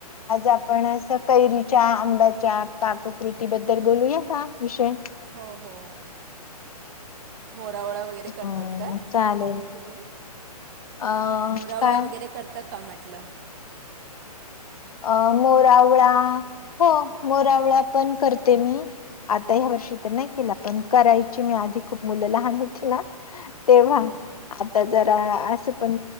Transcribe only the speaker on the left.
आज आपण अस कैरीच्या, आंब्याच्या पाककृती बद्दल बोलूया का विषय?
हम्म
चालेल.
अ
काय
अ मोरावळा हो मोरावळा पण करते मी आता ह्या वर्षी तर नाही केला, पण करायची मी आधी खूप मुलं लहान होती ना तेव्हा,
आता जरा पण